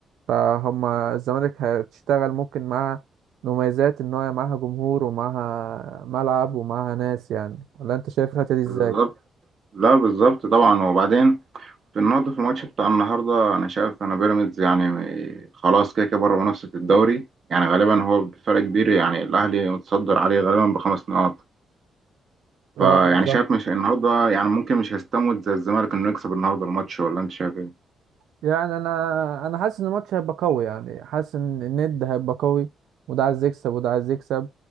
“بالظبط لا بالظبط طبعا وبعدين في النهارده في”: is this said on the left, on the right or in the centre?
Right